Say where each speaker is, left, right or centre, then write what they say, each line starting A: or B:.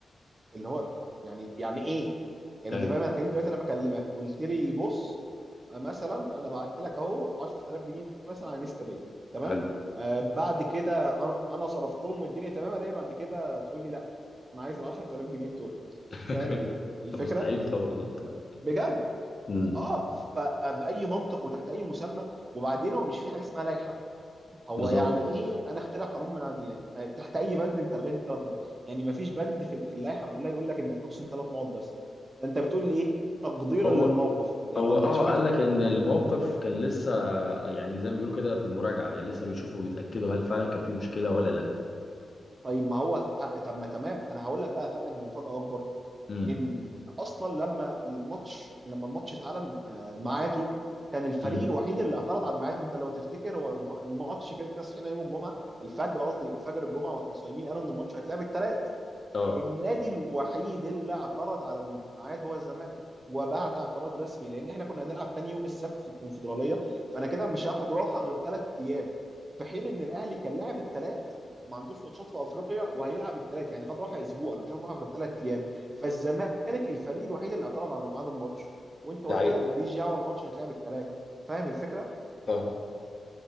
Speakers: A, on the right; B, on the left.
A: اللي هو يعني يعني ايه يعني
B: ايوه
A: انت فاهم انا كان دلوقتي انا بكلمك قلت لي بص آه، مثلا انا بعت لك اهو 10000 جنيه مثلا على انستا باي تمام
B: حلو
A: آه بعد كده انا انا صرفتهم والدنيا تمام الاقي بعد كده تقول لي لا انا عايز ال 10000 جنيه بتوعي
B: <laughs>
A: فاهم ال- الفكره
B: طب مستحيل طبعا لا طبعا
A: بجد
B: امم
A: اه فباي منطق وتحت اي مسمى وبعدين هو مش في حاجه اسمها لائحه هو
B: بالظبط
A: يعني ايه انا اخترع قانون منعدي يعني آه، تحت اي بند انت لغيت الثلاث نقط يعني ما فيش بند في في اللائحه كلها يقول لك انك تقسم ثلاث نقط بس ده انت بتقول لي ايه تقديرا
B: هو
A: للموقف يعني
B: هو
A: هو ما
B: اه
A: كانش فيه
B: قال
A: تق...
B: لك ان الموقف
A: تق...
B: كان لسه يعني زي ما بيقولوا كده في المراجعه لسه بيشوفوا وبيتاكدوا هل فعلا كان في مشكله ولا لا
A: طيب ما هو ه- طب ما تمام انا هقول لك بقى افاجئك بمفاجاه اكبر
B: امم
A: ان اصلا لما الماتش لما الماتش اتعلن آه، ميعاده كان الفريق
B: امم
A: الوحيد اللي اعترض على الميعاد انت لو تفتكر هو الم- الماتش كده صحينا يوم الجمعه الفجر قصدي فجر الجمعه واحنا صايمين قالوا ان الماتش هيتلعب الثلاث
B: اه
A: النادي الوحيد اللي اعترض على الميعاد هو الزمالك وبعت اعتراض رسمي لان احنا كنا هنلعب تاني يوم السبت في الكونفدراليه فانا كده مش هاخد راحه غير ثلاث ايام في حين ان الاهلي كان لاعب الثلاث ما عندوش ماتشات في افريقيا وهيلعب الثلاث يعني خد راحه اسبوع انا مش هاخد راحه غير ثلاث ايام فالزمالك الفريق الوحيد اللي اعترض على ميعاد الماتش وانت
B: ده
A: قلت
B: حقيقي.
A: لا ماليش دعوه الماتش هيتلعب الثلاث فاهم الفكره
B: آه.